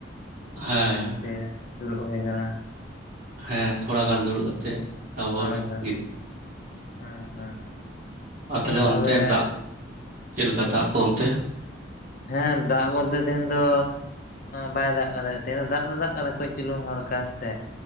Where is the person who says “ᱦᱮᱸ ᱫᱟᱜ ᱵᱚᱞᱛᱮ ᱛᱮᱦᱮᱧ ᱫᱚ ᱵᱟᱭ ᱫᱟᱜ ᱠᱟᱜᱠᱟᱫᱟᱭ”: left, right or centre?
Left